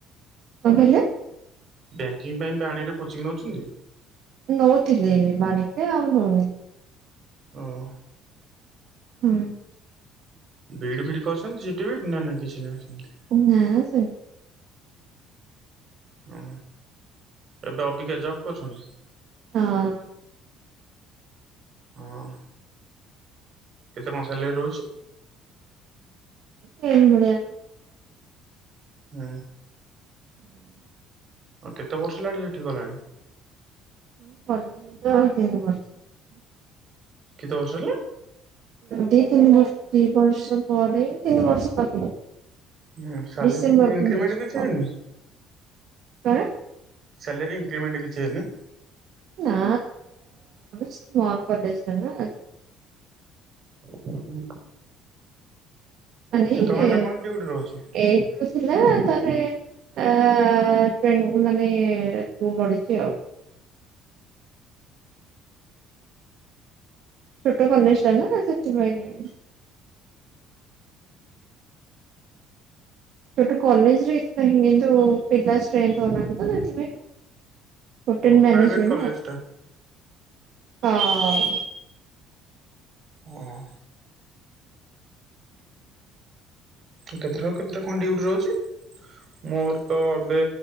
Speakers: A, on the right (about 60°); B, on the right (about 45°).
A: କଣ କହିଲ?
B: ବ୍ୟାଙ୍କିଙ୍ଗ ପାଇଁ ବାଣିରେ କୋଚିଂ ନେଉଛନ୍ତି?
A: ନଉଥିଲି ବାଣିକରେ ଆଉ ନଉନି।
B: ହଁ
A: ହୁଁ
B: ବିଇଡ ଫିଇଡ କରିଛନ୍ତି ସିଟି ବି ନା ନା କିଛି ନାହିଁ ସେମିତି?
A: ନାଁ ସେ
B: ହ ଏବେ ଅବିକା ଜବ୍ କରୁଛନ୍ତି?
A: ହଁ
B: ହଁ କେତେ କଣ ସାଲାରି ରହୁଛି?
A: ଟେନ ଭଳିଆ।
B: ହୁଁ
A: ହୁଁ
B: କେତେ ବର୍ଷ ହେଲାଣି ସେଠିକି ଗଲାଣି?
A: <unintelligible> ତିନି ବର୍ଷ
B: କେତେ ବର୍ଷ ହେଲା?
A: ଦି ତିନି ବର୍ଷ ଦି ବର୍ଷ ପରେ ତିନି ବର୍ଷ ପାଖାପାଖି
B: ହୁଁ ସାଲେରୀ
A: ଡିସେମ୍ବର
B: ଇନକ୍ରିମେଣ୍ଟ
A: କୁ ହେଇଯିବ
B: କିଛି ହେଇନି?
A: କଣ?
B: ସାଲାରୀ ଇନକ୍ରିମେଣ୍ଟ କିଛି ହେଇନି?
A: ନା ସ୍ମଲ କଲେଜ ଟା ନା ଆ
B: ହୁଁ
A: ମାନେ
B: ଘଣ୍ଟା କଣ ଡ୍ୟୁଟି ରହୁଛି?
A: ଏକ ଥିଲା ତରେ ଅ ମାନେ ତୁ ବଢିଛି ଆଉ ଛୋଟ କଲେଜ ଟା ନା ସେଥିପାଇଁ ଛୋଟ କଲେଜ ରେ କିଛି ନାହିଁ କିନ୍ତୁ ପିଲା ଷ୍ଟ୍ରେନ୍ଥ ହଉନାହାନ୍ତି ତ ସେଥିପାଇଁ ଆଉ। ହୋଟେଲ
B: ଓ
A: ମ୍ୟାନେଜମେଣ୍ଟ
B: ପ୍ରାଇଭେଟ କଲେଜ
A: ନା
B: ଟା।
A: ହ
B: ହଁ କେତେଟା ରୁ କେତେଟା କଣ ଡିଉଟି ରହୁଛି?
A: ହ
B: ମୋର ତ ଏବେ